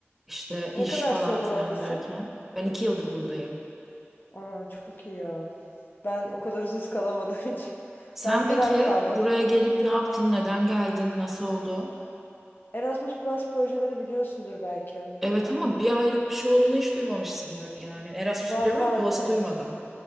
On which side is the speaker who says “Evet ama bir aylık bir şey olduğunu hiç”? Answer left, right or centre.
Centre